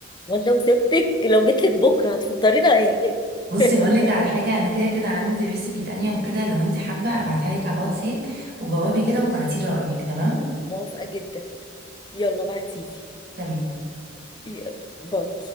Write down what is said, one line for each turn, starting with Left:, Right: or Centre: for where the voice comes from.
Left: ولا لو سبتك لو جيت لك بكره هتفطرينا ايه
Right: بصي
Left: <laughs>
Right: هقول لك على حاجة أنا كده كده عندي ريسبي تانية وكده لو أنت حابة أبعتها لك على الواتساب وجوابي كده وابعتي لي رأيك تمام؟
Left: موافقه جدا يلا بعتيلي
Right: تمام
Left: يلا باي